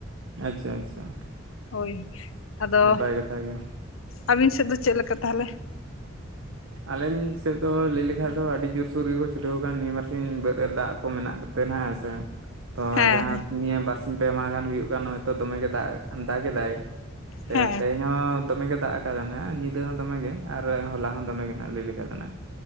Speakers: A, on the right (about 80°); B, on the left (about 80°).
A: ᱟᱪᱪᱷᱟᱼᱟᱪᱪᱷᱟ
B: ᱦᱳᱭ᱾ ᱟᱫᱚ
A: ᱱᱟᱯᱟᱭ ᱠᱟᱛᱷᱟ ᱜᱮ᱾
B: ᱟᱹᱵᱤᱱ ᱥᱮᱜ ᱫᱚ ᱪᱮᱜ ᱞᱮᱠᱟ ᱛᱟᱦᱚᱞᱮ᱾
A: ᱟᱞᱤᱧ ᱥᱮᱫ ᱫᱚ ᱞᱟᱹᱭ ᱞᱮᱠᱷᱟᱡ ᱫᱚ ᱟᱹᱰᱤ ᱡᱳᱨᱥᱳᱨ ᱜᱮᱠᱚ ᱪᱷᱩᱴᱟᱹᱣ ᱟᱠᱟᱱ ᱱᱤᱭᱟᱹ ᱵᱟᱨ ᱥᱤᱧ ᱵᱟᱹᱫᱽ ᱨᱮ ᱫᱟᱜ ᱠᱚ ᱢᱮᱱᱟᱜ ᱟᱠᱟᱼᱼ ᱛᱮ ᱱᱟᱦᱟᱜ ᱦᱮᱸ ᱥᱮ᱾ ᱛᱚ
B: ᱦᱮᱸ
A: ᱡᱟᱦᱟᱸ ᱱᱤᱭᱟᱹ ᱵᱟᱨᱥᱤᱧ ᱯᱮ ᱢᱟᱦᱟ ᱜᱟᱱ ᱦᱩᱭᱩᱜ ᱠᱟᱱᱟ ᱛᱚ ᱫᱚᱢᱮᱜᱮ ᱫᱟᱜ ᱫᱟᱼᱜᱮ ᱫᱟᱭ᱾ ᱛᱮ,
B: ᱦᱮᱸ
A: ᱛᱮᱦᱮᱧ ᱦᱚᱸ ᱫᱚᱢᱮ ᱜᱮ ᱫᱟᱜ ᱟᱠᱟᱫᱟᱭ ᱱᱮᱜ ᱧᱤᱼᱼ ᱫᱟᱹ ᱦᱚᱸ ᱫᱚᱢᱮ ᱜᱮ ᱟᱨ ᱦᱚᱞᱟ ᱦᱚᱸ ᱫᱚᱢᱮ ᱜᱮ ᱱᱟᱜ ᱞᱟᱹᱭ ᱞᱮᱠᱷᱟᱡ ᱫᱚ ᱱᱦᱟᱜ,